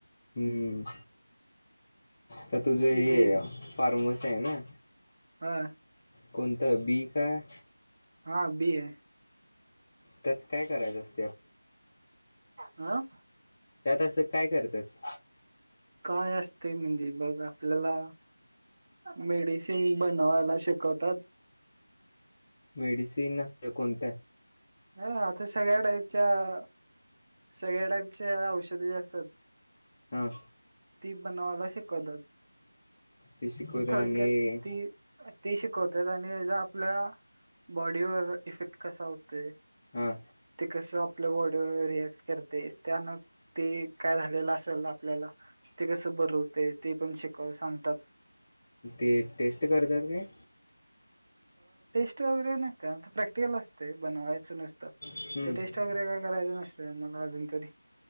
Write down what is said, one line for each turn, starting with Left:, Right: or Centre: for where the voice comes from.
Left: हम्म तर तुझं हे
Right: तिथे
Left: फारमस आहे ना
Right: हा
Left: कोणतं बी काय?
Right: हा बी आहे.
Left: त्यात काय करायचं असत.
Right: अहं
Left: त्यात असं काय करतात?
Right: काय असतं म्हणजे बघ आपल्याला मेडिसिन बनवायला शिकवतात.
Left: मेडिसिन असत कोणतं?
Right: ना आता सगळ्या टाईपच्या सगळ्या टाईपच्या औषधे असतात.
Left: हां
Right: ती बनवायला शिकवतात.
Left: ते शिकवतात
Right: थोडक्यात
Left: आणि
Right: ती ती शिकवत्यात आणि आपल्या बॉडीवर इफेक्ट कसा होते
Left: हा
Right: ते कस आपल्या बॉडी रिऍक्ट करते त्यान ते काय झालेलं असल आपल्याला ते कसं बर होते ते पण शिकव सांगतात.
Left: ते टेस्ट करत्यात काय
Right: टेस्ट वगैरे नसते आमच प्रॅक्टिकल असते बनवायचं नुसतं
Left: हम्म
Right: ते टेस्ट वगैरे काय करायच नसते मला अजून तरी